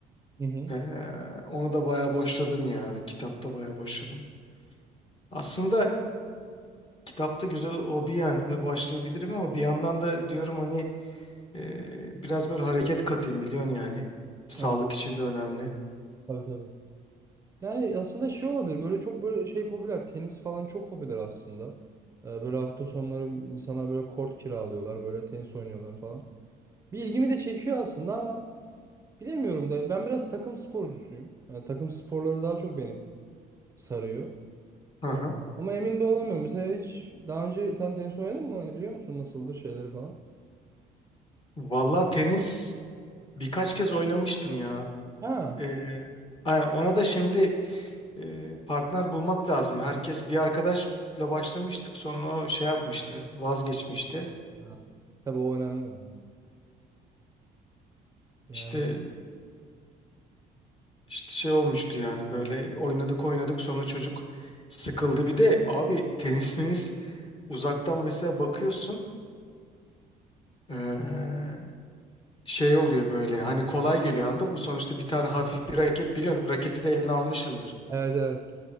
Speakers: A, on the right; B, on the left.
A: Hı hı.
B: Ee, onu da bayağı boşladım ya. Kitapta bayağı boşladım. Aslında kitapta güzel hobi yani ona başlayabilirim ama bir yandan da diyorum hani e, biraz böyle hareket katayım biliyorsun yani. Sağlık
A: Evet.
B: için de önemli.
A: Tabii tabii. Yani aslında şey olabilir. Böyle çok böyle şey popüler. Tenis falan çok popüler aslında. Ee, böyle hafta sonları insanlar böyle kort kiralıyorlar. Böyle tenis oynuyorlar falan. Bir ilgimi de çekiyor aslında ama bilemiyorum da ben biraz takım sporcusuyum. Yani takım sporları daha çok beni sarıyor.
B: Hı hı.
A: Ee, ama emin de olamıyorum. Mesela hiç daha önce sen tenis oynadın mı? Hani biliyor musun nasıldır şeyleri falan?
B: Valla tenis birkaç kez oynamıştım ya.
A: Ha.
B: Ee, aynen, ona da şimdi e, partner bulmak lazım. Herkes bir arkadaşla başlamıştık sonra o şey yapmıştı vazgeçmişti.
A: Ha. Tabii o önemli. Yani, yani
B: İşte, işte şey olmuştu yani böyle oynadık oynadık sonra çocuk sıkıldı. Bir de abi tenis <laughs> menis uzaktan mesela bakıyorsun ee, şey oluyor böyle hani kolay geliyor anladın mı? Sonuçta bir tane hafif bir raket biliyorsun raketi de eline almışsındır.
A: evet evet.